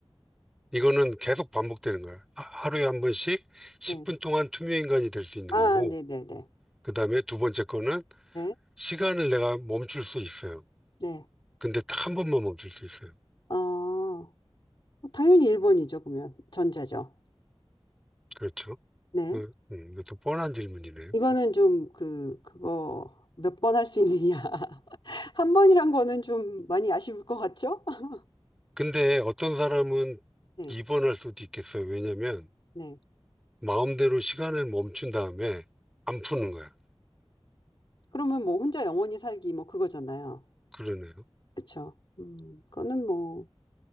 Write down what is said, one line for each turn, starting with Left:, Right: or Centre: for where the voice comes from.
Centre: 이거는 계속 반복되는 거예요. 하- 하루에 한 번씩 10분
Left: 네.
Centre: 동안 투명 인간이 될 수 있는
Left: 아,
Centre: 거고,
Left: 네네네. 네.
Centre: 그 다음에 두 번째 거는
Left: 네.
Centre: 시간을 내가 멈출 수 있어요.
Left: 네,
Centre: 근데 딱 한 번만 멈출 수 있어요.
Left: 네. 어, 당연히 1번이죠, 그러면. 전자죠.
Centre: 그렇죠.
Left: 네.
Centre: 그, 음, 이것도 뻔한 질문이네요.
Left: 이거는 좀 그, 그거 몇 번 할 수 있느냐. <laughs> 한 번이란 거는 좀 많이 아쉬울 것 같죠? <laughs>
Centre: 근데 어떤 사람은
Left: 네.
Centre: 2번 할 수도 있겠어요. 왜냐면
Left: 네.
Centre: 마음대로 시간을 멈춘 다음에 안 푸는 거야.
Left: 그러면 뭐 혼자 영원히 살기 뭐 그거잖아요.
Centre: 그러네요.
Left: 그렇죠. 음, 그거는 뭐,